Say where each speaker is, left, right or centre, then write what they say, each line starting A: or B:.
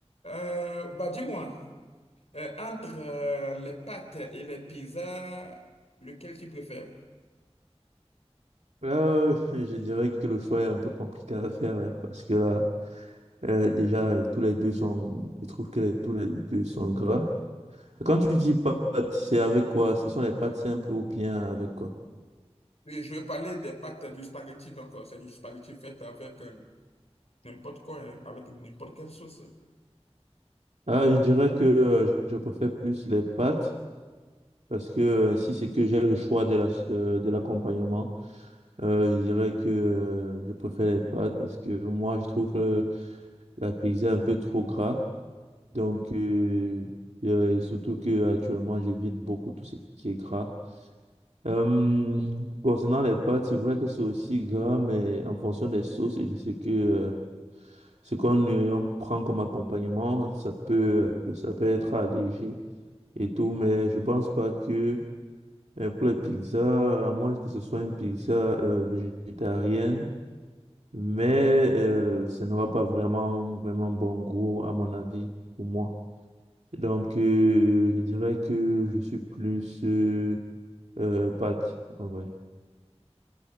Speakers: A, on the left; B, on the right.
A: Euh, bah dis-moi, euh, entre euh, les pâtes et les pizzas, lequel tu préfères?
B: Là, euh, je dirais que le choix est un peu compliqué à faire hein, parce que là, euh, déjà, euh, tous les deux sont, je trouve que tous les deux sont gras. Quand tu dis pâtes, c'est avec quoi? Ce sont les pâtes simples ou bien avec quoi?
A: Et je vais parler des pâtes du spaghetti, donc euh, c'est du spaghetti fait avec euh, n'importe quoi, hein, avec n'importe quelle sauce.
B: Ah, je dirais que euh, je préfère plus les pâtes parce que euh, si c'est que j'ai le choix de la, euh, de l'accompagnement, euh, je dirais que euh, je préfère les pâtes parce que moi, je trouve euh, la pizza un peu trop gras. Donc, euh, euh, et surtout que actuellement, j'évite beaucoup tout ce qui est gras. Euh, concernant les pâtes, c'est vrai que c'est aussi gras, mais en fonction des sauces et de ce que euh, ce qu'on euh, on prend comme accompagnement, ça peut euh, ça peut être allégé et tout, mais je pense pas que euh, pour les pizzas, à moins que ce soit une pizza euh, végétarienne, mais euh, ça n'aura pas vraiment vraiment bon goût à mon avis pour moi. Donc, euh, je dirais que je suis plus euh, euh, pâte, en vrai.